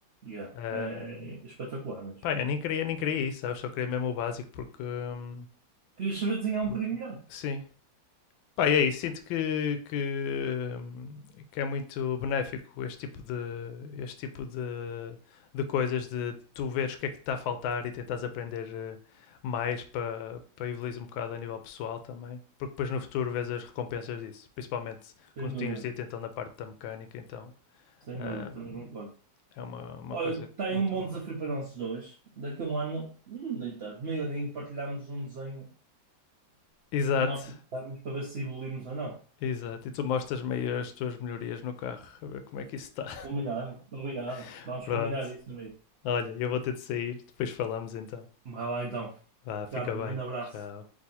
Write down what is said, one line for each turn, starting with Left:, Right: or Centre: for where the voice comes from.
Right: Yeah,
Left: Ahm,
Right: é, é- é espetacular mesmo.
Left: pá, eu nem queria, nem queria isso, sabes? Só queria mesmo o básico porque, hum,
Right: Querias saber desenhar
Left: porque-
Right: um bocadinho melhor?
Left: sim, Pá, e aí, sinto que, que, que é muito benéfico este tipo de, este tipo de, de coisas, de, de tu veres o que é que te está a faltar e tentares aprender eh, mais para, para evoluir um bocado a nível pessoal também, porque depois no futuro vês as recompensas disso, principalmente
Right: Sem
Left: como
Right: dúvida,
Left: tu tinhas dito então na parte da mecânica, então
Right: sem
Left: ahm,
Right: dúvida, também concordo.
Left: é uma, uma
Right: Olha,
Left: coisa
Right: está aí
Left: muito
Right: um bom
Left: boa.
Right: desafio para nós dois. Daqui a um ano, hum, deitado, meio aninho, partilhamos um desenho
Left: Exato,
Right: que nós precisamos para ver se evoluímos ou não.
Left: exato, e tu mostras-me as tuas melhorias no carro, a ver como é que isso está.
Right: Combinado, combinado.
Left: <laughs>
Right: Vamos
Left: Pronto.
Right: combinar isso, amigo.
Left: Olha, eu vou ter de sair, depois falamos então.
Right: Vai lá então.
Left: Vá, fica
Right: Ricardo,
Left: bem.
Right: um grande abraço.
Left: Tchau.